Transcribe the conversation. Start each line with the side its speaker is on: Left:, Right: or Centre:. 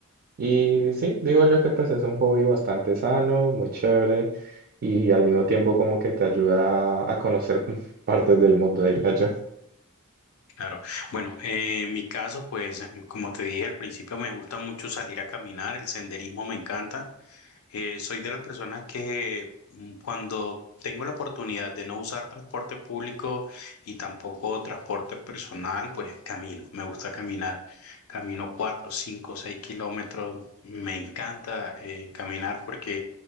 Right: Y sí, digo yo que pues es un hobby bastante sano, muy chévere y al mismo tiempo como que te ayuda a conocer <laughs> partes del mundo, diría yo.
Left: Claro. Bueno, eh, en mi caso, pues, como te dije al principio, me gusta mucho salir a caminar, el senderismo me encanta. Eh, soy de las personas que mm, cuando tengo la oportunidad de no usar transporte público y tampoco transporte personal, pues camino. Me gusta caminar. Camino cuatro, cinco, seis kilómetros. Me encanta eh, caminar porque